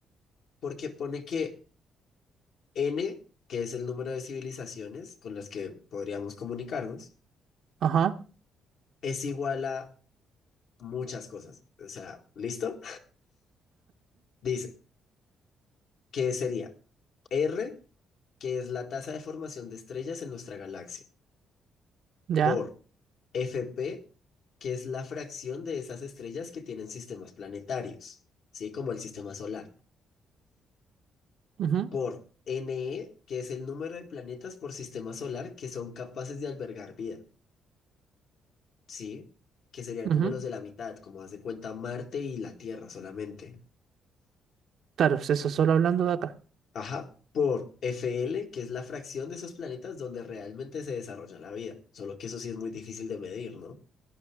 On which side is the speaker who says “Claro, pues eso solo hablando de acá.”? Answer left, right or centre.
Right